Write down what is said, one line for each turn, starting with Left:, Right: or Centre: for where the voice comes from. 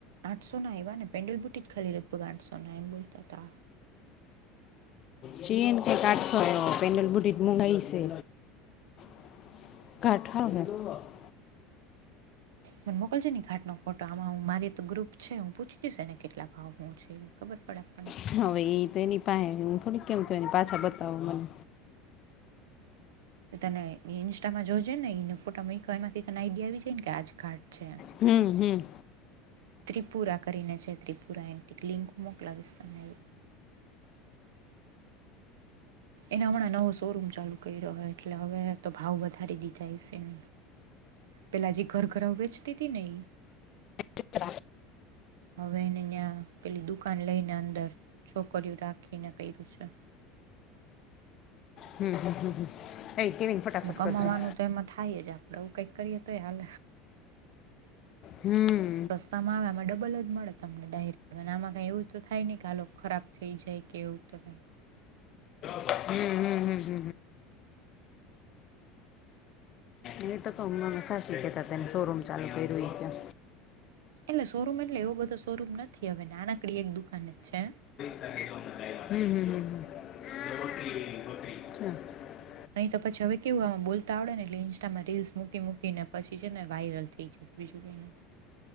Right: આઠસો ના આવવા ને પેન્ડલ બુટી જ ખાલી લગભગ આઠસો ના એમ બોલતા હતા.
Left: ચેએન કે કાઠસો પેન્ડલ બુટ્ટી મગઈ છે. <unintelligible>
Right: મને મોકલજો ને ઘાટ નો ફોટો આમાં હું મારી તો ગ્રુપ છે. હું પૂછ જઈશ ને કેટલા ભાવ હું છે. ખબર પડે પણ
Left: હવે એ તો એની પાસે થોડીક કેમ એ પાછા બતાવ મને.
Right: તને ઈન્સ્ટામાં જોજે ને એને ફોટામાં એમાં કઈકને આઈડિયા આવી જાય ને કે આજ ઘાટ છે.
Left: હમ હમ
Right: ત્રિપુરા કરીને છે. ત્રિપુરા એન્ટી લિંક મોકલાવીશ તને એ એના હમણાં નવો શોરૂમ ચાલુ કરી રહ્યો. એટલે હવે તો ભાવ વધારી દીધા <unintelligible> પેલા હજી ઘર ઘર વેચતી હતી ને ઈ
Left: ત્ર <unintelligible>
Right: હવે એને ત્યાં પેલી દુકાન લઈને અંદર છોકરીઓ રાખીને કર્યું છે.
Left: હમ હમ હમ એ કેવીને ફટાફટ
Right: કમાવાનું
Left: કરજો.
Right: તો એમાં થાય જ આપણે એવુ કંઈક કરીએ તો હાલ.
Left: હમ્મ.
Right: સસ્તામાં આવે આમાં ડબલ જ મળે. તમને ડાયરેક આમાં કઈ એવું તો થાય નને કે આલ ખરાબ થઈ જાય કે એવું તો કઈ.
Left: હમ હમ હમ હમ હ હ <inaudible> એ તોમ સા શીખતા તેને શોરૂમ ચાલુ કર્યું.
Right: એટલે શોરૂમ એટલે એવો બધો શોરૂમ નથી હવે નાનકડી એક દુકાન જ છે.
Left: હમ હમ હ હમ <inaudible>
Right: અહીં તો પછી હવે કેવું આમાં બોલતા આવડે ને એટલે ઇન્સ્ટામાં રીલ્સ મૂકી મૂકીને પછી છે ને વાયરલ થઈ જાય. બજું કંઇ નઈ <inaudible>